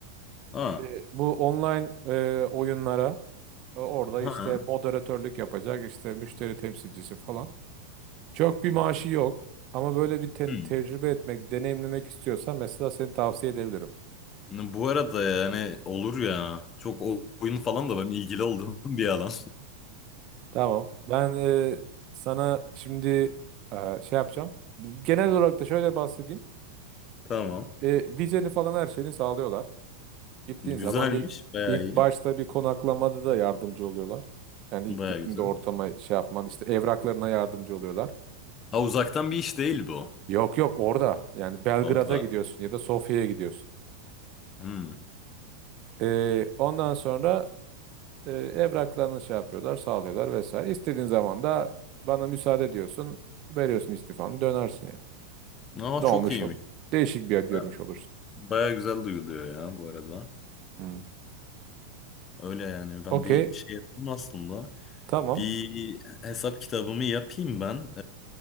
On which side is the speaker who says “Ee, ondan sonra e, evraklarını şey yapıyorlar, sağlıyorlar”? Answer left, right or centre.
Right